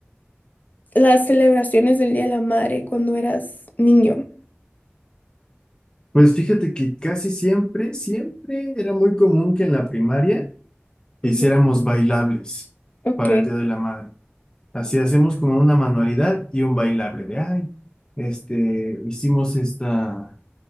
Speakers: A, on the left; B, on the left.
A: las celebraciones del Día de la Madre cuando eras niño.
B: pues fíjate que casi siempre, siempre era muy común que en la primaria hiciéramos
A: Ujú.
B: bailables
A: Ok.
B: para el Día de la Madre. Así hacemos como una manualidad y un bailable de, ay, este, hicimos esta...